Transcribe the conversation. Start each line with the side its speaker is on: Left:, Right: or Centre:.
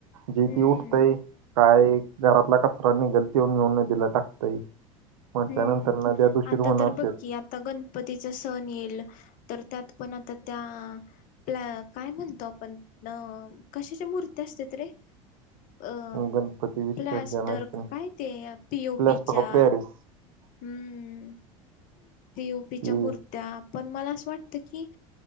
Right: जी
Left: हम्म
Right: ती उठतंय काय घरातला कचरा निघल त्यो नेऊन नदीला टाकतंय. म्हटल्यानंतर
Left: हम्म,
Right: नद्या दूषित
Left: आता
Right: होणार
Left: तर बघ
Right: तेच
Left: की ही आता गणपतीचा सण येईल, तर त्यात पण आता त्या पलं काय म्हणतो आपण, अ कशाच्या मुर्त्या असत्यात रे? अ
Right: गणपती विसर्जनाची
Left: प्लास्टर का काय ते, P O
Right: plaster
Left: P च्या
Right: of पॅरिस
Left: हम्म, पी ओ पी च्या
Right: ती
Left: मूर्त्या पण मला असं वाटतं की